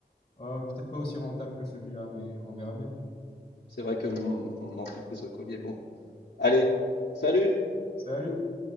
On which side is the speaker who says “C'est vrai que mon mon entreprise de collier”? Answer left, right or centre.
Left